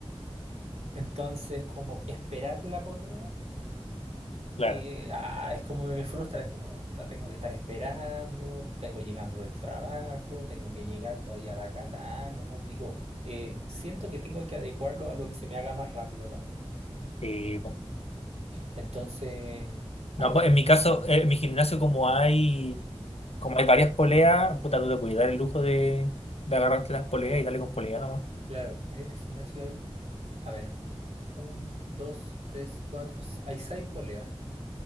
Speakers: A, on the right (about 85°); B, on the left (about 70°).
A: Entonces, como esperar la polea,
B: Claro.
A: eh, ah, es como me frustra, es como puta, tengo que estar esperando, vengo llegando del trabajo, tengo que llegar todavía a la casa. Ah, no, digo, eh, siento que tengo que adecuarlo a lo que se me haga más rápido también.
B: Sí, po.
A: Entonces, ahora,
B: No, pues, en mi caso, eh, en mi gimnasio como hay. Como hay varias poleas, puta, tú te puedes dar el lujo de, de agarrarte las poleas y darle con polea nomás.
A: claro, en este gimnasio hay, a ver, un, dos, tres, cuatro, c- hay seis poleas